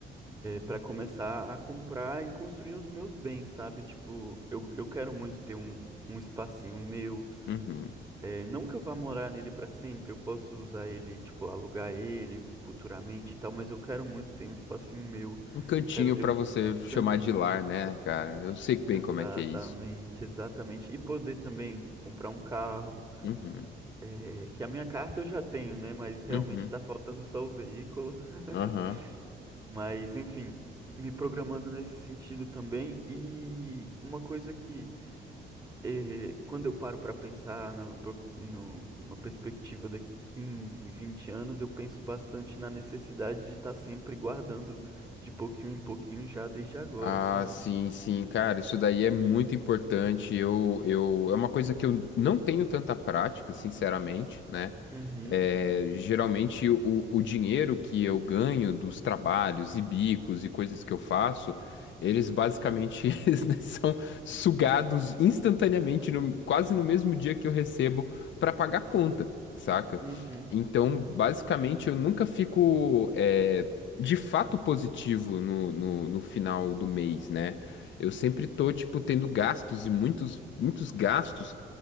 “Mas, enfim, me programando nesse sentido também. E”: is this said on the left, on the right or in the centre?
Right